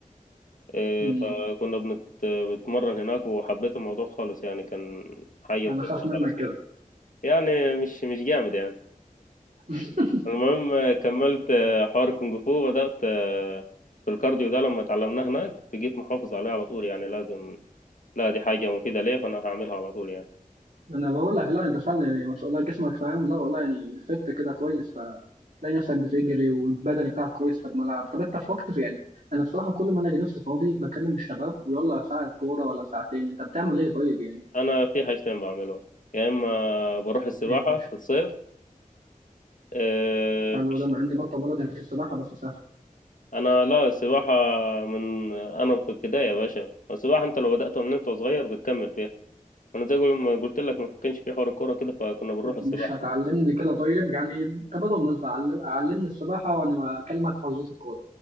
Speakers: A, on the left; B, on the right.
A: آه،
B: مم.
A: فكنا بنت- بنتمرن هناك وحبيت الموضوع خالص يعني كان حاجة
B: انا
A: مفضلة
B: خاف منك
A: خالص
B: كده
A: يعني يعني مش مش جامد يعني
B: <laughs>
A: المهم كملت حوار الكونغ فو بدأت في الكارديو ده لما اتعلمناه هناك جيت محافظ عليه على طول يعني لازم لا دي حاجة مفيدة ليا فأنا هعملها على طول يعني
B: انا بقول لك لا انت فعلا يعني ما شاء الله جسمك فاهم لا والله يعني فت كده كويس فتلاقي نفسك بتجري والبدني بتاعك كويس في الملعب طب انت في وقت يعني انا بصراحه كل ما الاقي نفسي فاضي بكلم الشباب ويلا ساعه كوره ولا ساعتين انت بتعمل ايه طيب يعني
A: أنا في حاجتين بعملهم يا إما بروح السباحة
B: إيه يا باشا؟
A: في الصيف آه،
B: قالوا
A: في الش-
B: ده ما عندي بطه بلدي في السباحه بس سهل
A: أنا لا السباحة من أنا في ابتدائي يا باشا السباحة أنت لو بدأت من أنت صغير بتكمل فيها أنا زي قول- ما قلت لك ما كانش في حوار الكورة كده فكنا بنروح
B: طب
A: السباحة
B: مش هتعلمني كده طيب يعني تبادل منفعه علم- علمني السباحه وانا اكلمك في حجوزات الكوره